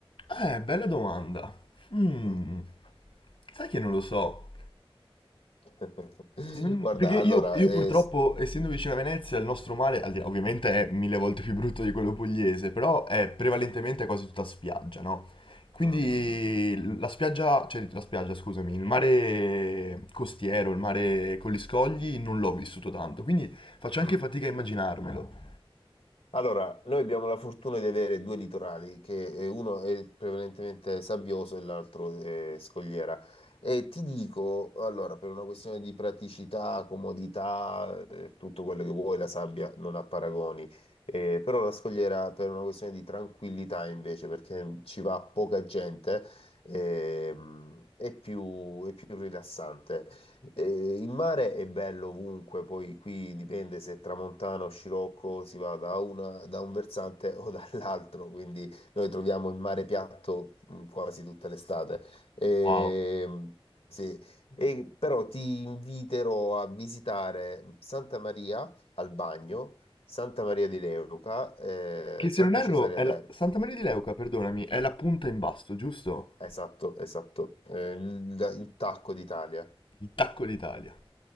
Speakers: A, on the left; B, on the left.
A: Eh, bella domanda. Mm.
B: Mm.
A: Sai che non lo so.
B: <laughs>
A: Non-
B: Guarda,
A: perché io,
B: allora,
A: io
B: eh,
A: purtroppo,
B: s-
A: essendo vicino a Venezia, il nostro mare, al di là- ovviamente è mille volte più brutto di quello pugliese, però è prevalentemente quasi tutta spiaggia, no? Quindi
B: mm, mm, mm,
A: la spiaggia, cioè la spiaggia, scusami, il mare costiero, il mare con gli scogli, non l'ho vissuto tanto, quindi faccio
B: mm.
A: anche
B: mm.
A: fatica a immaginarmelo.
B: Allora, noi abbiamo la fortuna di avere due litorali, che eh, uno è prevalentemente sabbioso e l'altro è scogliera. E ti dico, allora, per una questione di praticità, comodità, eh, tutto quello che vuoi, la sabbia non ha paragoni. Eh, però la scogliera per una questione di tranquillità invece, perché ci va poca gente, ehm, è più, è più rilassante. Eh, il mare è bello ovunque, poi qui dipende se è tramontano o scirocco si va da, una- da un versante o <laughs> dall'altro, quindi noi troviamo il mare piatto mh, quasi tutta l'estate. Ehm,
A: Wow.
B: sì. E però ti inviterò a visitare Santa Maria al Bagno, Santa Maria di Leuca, eh,
A: Che se
B: Santa
A: non erro,
B: Cesarea
A: è
B: Terme.
A: la- Santa Maria di Leuca, perdonami, è la punta in basso, giusto?
B: Esatto, esatto, Eh, il il Tacco d'Italia.
A: Il tacco d'Italia.